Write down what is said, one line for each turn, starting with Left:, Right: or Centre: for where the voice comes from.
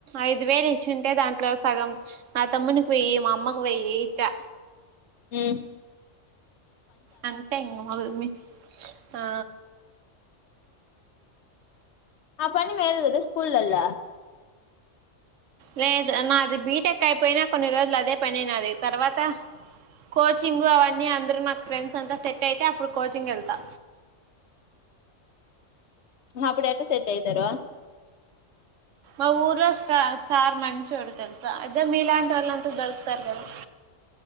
Right: ఐదు వేలు ఇచ్చింటే దాంట్లో సగం మా తమ్మునికి వేయి మా అమ్మకు వేయి ఇంకా
Left: ఉమ్
Right: అంతే ఇంగా మగు మీ ఆ
Left: ఆ పని మేలు గద స్కూల్లల
Right: లేదు నాది బీటెక్ అయిపోయిన కొన్ని రోజులు అదే పనే నాది తర్వాత కోచింగు అవన్నీ అందరు నాక్ ఫ్రెండ్స్ అంతా సెట్ అయితే అప్పుడు కోచింగ్ ఎళ్తా
Left: అప్పుడు ఎట్ట సెట్ అయితరు.
Right: ఆ ఊర్లో సా సార్ మంచోడు తెల్సా అదే మీలాంటోలంత దొరుకుతారు గదా